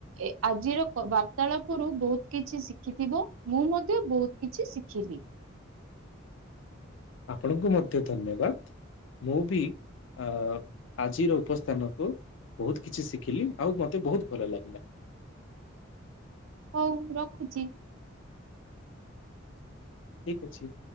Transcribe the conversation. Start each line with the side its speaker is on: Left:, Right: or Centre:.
Right: ଏ ଆଜିର କ ବାର୍ତ୍ତାଳାପରୁ ବହୁତ କିଛି ଶିଖିଥିବ ମୁଁ ମଧ୍ୟ ବହୁତ କିଛି ଶିଖିଲି।
Left: ଆପଣଙ୍କୁ ମଧ୍ୟ ଧନ୍ୟବାଦ। ମୁଁ ବି ଅ ଆଜିର ଉପସ୍ଥାନକୁ ବହୁତ କିଛି ଶିଖିଲି ଆଉ ମୋତେ ବହୁତ ଭଲ ଲାଗିଲା।
Right: ହଉ ରଖୁଚି।
Left: ଠିକ୍ ଅଛି।